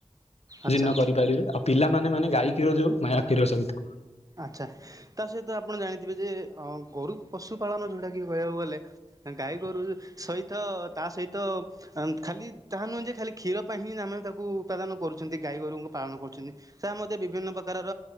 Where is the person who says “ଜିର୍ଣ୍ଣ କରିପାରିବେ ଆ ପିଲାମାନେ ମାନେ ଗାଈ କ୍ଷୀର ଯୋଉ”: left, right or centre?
Left